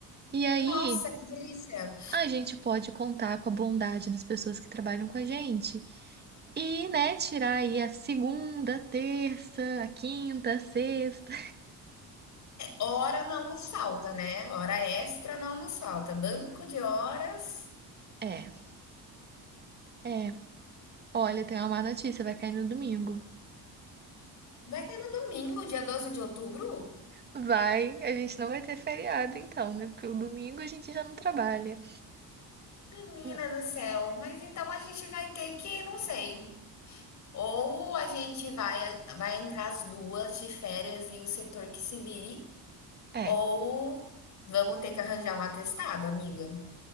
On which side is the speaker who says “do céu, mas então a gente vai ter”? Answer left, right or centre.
Left